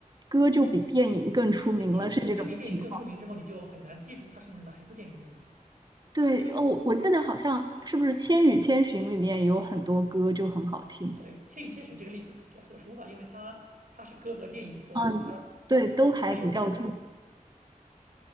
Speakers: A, on the right; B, on the right.
A: 歌就比电影更出名了，
B: 对电歌比电影更出名之后，
A: 是这种情况。
B: 你就很难记住它是哪一部电影里了。
A: 对哦，
B: 就
A: 我记得好像是不是《千与千寻》里面有很多歌就很好听，
B: 哦，对，《千与千寻》这个例子比较特殊吧，因为它它是歌和电影都它它都都很有名。
A: 嗯，对，都还比较著名。